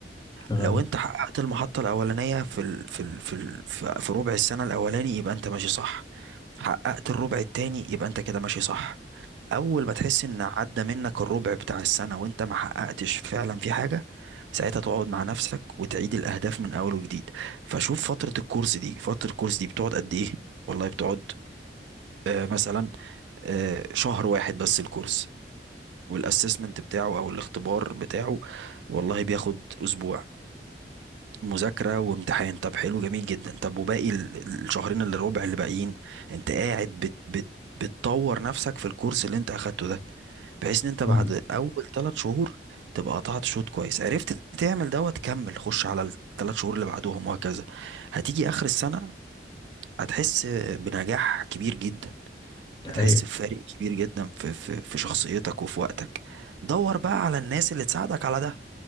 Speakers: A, on the left (about 25°); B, on the right (about 80°).
A: تمام
B: لو انت حققت المحطة الأولانية في ال... في ال... في ال... في في ربع السنة الأولاني يبقى انت ماشي صح حققت الربع التاني يبقى انت كده ماشي صح أول ما تحس ان عدى منك الربع بتاع السنة وانت ما حققتش فعلا في حاجة ساعتها تقعد مع نفسك وتعيد الأهداف من أول وجديد فشوف فترة الكورس دي فترة الكورس دي بتقعد قد إيه والله بتقعد آه مثلا آه شهر واحد بس الكورس والاسسمنت بتاعه او الاختبار بتاعه والله بياخد اسبوع مذاكرة وامتحان طب حلو جميل جدا طب وباقي ال- ال- الشهرين اللي ربع اللي باقيين انت قاعد بت بت بتطور نفسك في الكورس اللي انت اخدته ده بحيث ان انت بعد
A: مم،
B: اول ثلاث شهور تبقى قطعت شوط كويس عرفت تعمل دوت كمل خش على الثلاث شهور اللي بعدهم وهكذا هتيجي اخر السنة هتحس بنجاح كبير جدا
A: دي
B: هتحس
A: حقيقة
B: بفارق كبير جدا في في في شخصيتك وفي وقتك دور بقى على الناس اللي تساعدك على ده